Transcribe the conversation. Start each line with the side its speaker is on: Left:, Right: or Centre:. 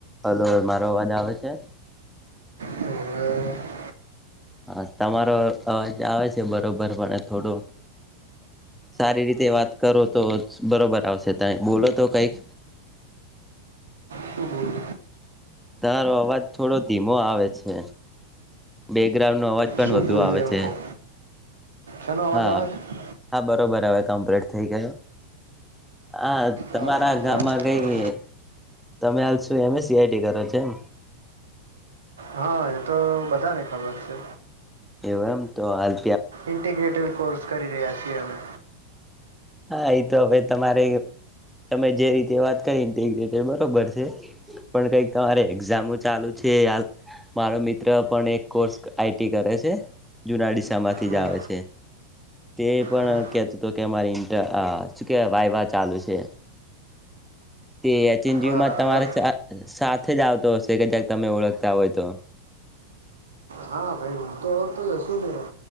Centre: Hello, મારો અવાજ આવે છે.
Right: હવે
Centre: હા, તમારો અવાજ આવે છે. બરોબર પણ થોડુ સારી રીતે વાત કરો, તો બરોબર આવશે તમે બોલો તો કઈક
Right: શું બોલું
Centre: તારો અવાજ થોડો ધીમો આવે છે બેકગ્રાઉન્ડ ન અવાજ પણ
Right: શું
Centre: વધુ
Right: બોલું
Centre: આવે
Right: એમ
Centre: છે
Right: કહું શેનો
Centre: હા
Right: અવાજ આવે છે
Centre: હા બરોબર હવે કમ્પ્લીટ થઈ ગયો હ તમારા
Right: હા હા
Centre: ગામમાં
Right: બરાબર
Centre: ગઈ
Right: બોલો
Centre: તમે આો એમ સઆઈટી કરો છે એમ
Right: હા એતો બધાને ખબર છે
Centre: એમ તો અલ્
Right: ઇન્ટીગ્રેટેડ કોર્સ કરી રહ્યા છીએ અમે
Centre: હા આ તો હવે તમારે તમે જે રીતે વાત કરીનેતે બરોબર છે પણ કઈક તમારે એક્ઝામો ચાલુ છે ખ આલ મારો મિત્ર પણ એક કોર્સ આઈટી કરે છે જુના ડીશા માંથી
Right: હમ
Centre: જ આવે છે તે પણ
Right: હમ
Centre: કેતું તો કે મારી ન્ટ શું કે વાય વા ચાલુ છે તે અ ચિજીવમાં
Right: બરાબર
Centre: તમારે સાથે જ આવતો હશે કે જ્યાક તમે ઓળખતા હોય, તો
Right: હા, ભાઈ હું તો ઓળખ તો જ હશું ને